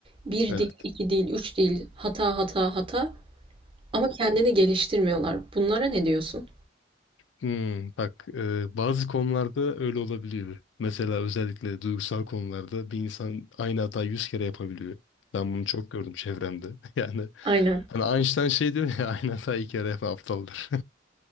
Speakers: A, on the right (about 30°); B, on the left (about 75°).
A: Bir
B: evet.
A: değil, iki değil, üç değil, hata hata hata ama kendini geliştirmiyorlar. Bunlara ne diyorsun?
B: Hmm, bak e, bazı konularda öyle olabiliyor. Mesela özellikle duygusal konularda bir insan aynı hatayı yüz kere yapabiliyor. Ben bunu çok gördüm çevremde. <laughs> Yani
A: Aynen.
B: hani Einstein şey diyor ya <laughs> aynı hatayı iki kere yapan aptaldır.